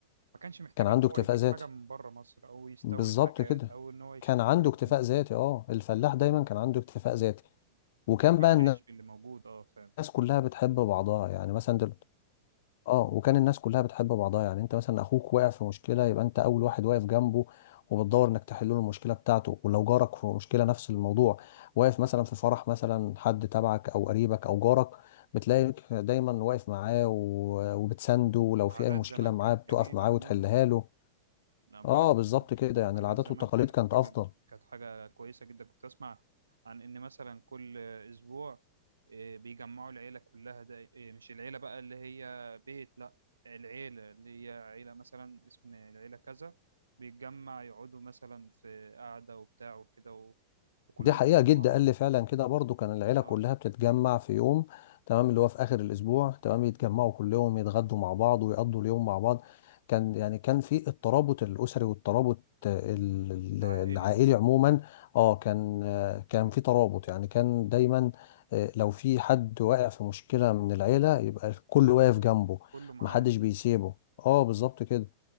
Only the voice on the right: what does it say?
ما كانش محتاج
ان هو
يجيب
حاجة من بره مصر او يستورد
حاجات
او ان هو يشتري
حاجات
من محل
أيوة.
بيحاول
يعيش باللي موجود اه فعلا
عادات
زمان
كانت
جميلة
عموما
انا بقول
لك
عادات
زمان
كانت
حاجه
كانت حاجه كويسه جدا كنت اسمع عن ان مثلا كل اسبوع آه، بيجمعوا العيله كلها ده آه، مش العيله بقى اللي هي بيت لا العيله اللي هي عيله مثلا اسم العيله كذا بيتجمع يقعدوا مثلا في قعده وبتاع وكده و... وكلهم
بيقعدوا
مع
بعض
اه
العائلي
عموما
كله معاه